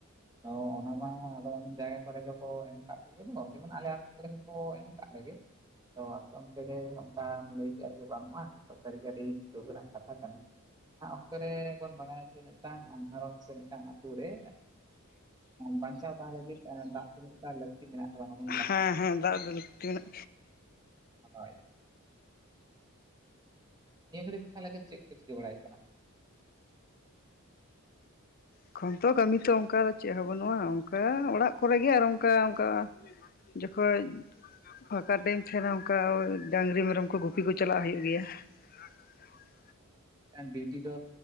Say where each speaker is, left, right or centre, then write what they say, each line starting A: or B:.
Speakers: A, on the right; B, on the left.
A: ᱛᱚ ᱚᱱᱟ ᱢᱟ ᱟᱫᱚ ᱡᱟᱭᱜᱟ ᱠᱚᱨᱮ ᱫᱚᱠᱚ ᱮᱢ ᱠᱫ ᱠᱚᱜᱮᱚ ᱡᱮᱢᱚᱱ ᱟᱞᱮᱭᱟᱜᱼᱼ ᱥᱩᱠᱨᱤ ᱠᱚ ᱮᱢ ᱠᱟᱜ ᱞᱮᱜᱮ ᱛᱚ ᱟᱥᱮ ᱚᱱᱛᱮᱮ ᱨᱮ ᱚᱱᱠᱟᱢ ᱞᱟᱹᱭ ᱠᱮᱜᱼᱟ ᱡᱮ ᱵᱟᱹᱱᱩᱜᱼᱟ ᱥᱟᱨᱤ ᱜᱟᱹ ᱟᱹᱰᱤ ᱥᱩᱞᱳᱠ ᱨᱮᱱᱟᱜ ᱠᱟᱛᱷᱟ ᱠᱟᱱᱟ᱾ ᱚᱱᱟ ᱚᱠᱛᱚ ᱨᱮᱵᱚᱱ ᱵᱟᱲᱟᱭᱟ ᱡᱮ ᱢᱤᱫᱴᱟᱱ ᱟᱸᱜᱷᱟᱨᱚᱸᱡᱽ ᱥᱮ ᱢᱤᱫᱴᱟᱱ ᱟᱛᱳ ᱨᱮ ᱵᱟᱧᱪᱟᱣ ᱛᱟᱦᱮᱸ ᱞᱟᱹᱜᱤᱫ ᱫᱟᱜ ᱛᱤᱱᱟᱹᱜ ᱜᱟ ᱞᱟᱹᱠᱛᱤ ᱢᱮᱱᱟᱜ ᱛᱟᱵᱚᱱᱟ ᱵᱼᱼ
B: ᱦᱮᱸ ᱦᱮᱸ ᱫᱟᱜ ᱫᱚ ᱞᱠᱛᱤ ᱢᱮᱱᱟᱜ
A: ᱦᱳᱭ ᱱᱤᱭᱟᱹ ᱜᱷᱟᱹᱲᱤᱡ ᱛᱮ ᱛᱟᱦᱚᱞᱮ ᱪᱮᱫ ᱠᱚ ᱪᱤᱠᱤ ᱵᱟᱲᱟᱭᱮᱫ ᱠᱟᱱᱟ?
B: ᱮᱠᱷᱚᱱ ᱛᱚ ᱠᱟᱹᱢᱤ ᱛᱚ ᱚᱱᱠᱟ ᱫᱚ ᱪᱮᱫ ᱦᱚᱸ ᱵᱟᱹᱱᱩᱜᱼᱟ ᱚᱱᱠᱟ ᱚᱲᱟᱜ ᱠᱚᱨᱮ ᱜᱮᱮ ᱟᱨ ᱚᱱᱠᱟ ᱚᱱᱠᱟ᱾ ᱡᱚᱠᱷᱚᱡ ᱯᱷᱟᱸᱠᱟ ᱴᱟᱭᱤᱢ ᱛᱟᱦᱮᱸᱱᱟ ᱚᱝᱠᱟ ᱳᱭ ᱰᱟᱝᱴᱝᱨᱤ, ᱢᱮᱨᱚᱢ ᱠᱚ ᱜᱩᱯᱤ ᱠᱚ ᱪᱟᱞᱟᱜ ᱦᱩᱭᱩᱜ ᱜᱮᱭᱟ᱾ <inaudible>
A: ᱴᱟᱝ ᱰᱤᱭᱩᱴᱤ ᱫᱚ